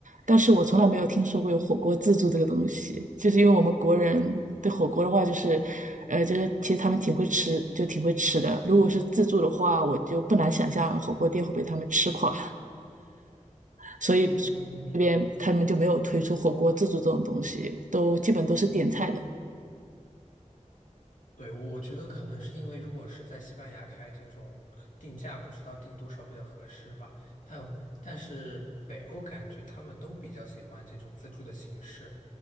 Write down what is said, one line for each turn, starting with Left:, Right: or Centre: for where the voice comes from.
Right: 但是我从来没有听说过有火锅自助这个东西，就是因为我们国人对火锅的话，就是，呃，就是其实他们挺会吃，就挺会吃的。如果是自助的话，我就不难想象火锅店会被他们吃垮，所以
Left: 嗯，
Right: 这边他们就没有推出火锅自助这种东西，都基本都是点菜的。
Left: 对，我我觉得可能是因为，如果是在西班牙开这种定价，不知道定多少比较合适吧。但但是北欧感觉他们都比较喜欢这种自助的形式，